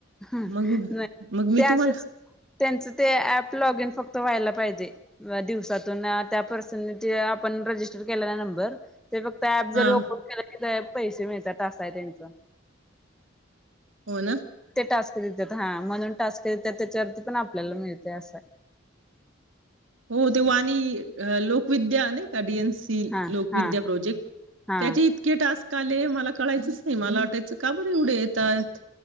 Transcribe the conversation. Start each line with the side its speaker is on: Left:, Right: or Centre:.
Centre: हं
Right: मग
Centre: नाही
Right: मग मी
Centre: ते असेच
Right: तुम्हाला
Centre: त्यांच ते ऍप लॉग इन फक्त व्हायला पाहिजे दिवसातून त्या पर्सनने ते आपण रजिस्टर केलेला नंबर ते फक्त ॲप जरी
Right: हां,
Centre: ओपन केला की <unintelligible> पैसे मिळतात असं हाय त्यांच
Right: हो ना?
Centre: टास्क देत्यात हा म्हणून टास्क देत्यात त्याच्यावरती पण आपल्याला मिळतंय अस हाय
Right: हो ते वाणी अ लोकविद्या नाही का डी एन सी सी
Centre: हा
Right: लोकविद्या
Centre: हा
Right: प्रोजेक्ट
Centre: हा
Right: त्याचे इतके टास्क काॅल हे मला कळायचंच नाही मला वाटायचं का बर एवढं आहेत? त्यात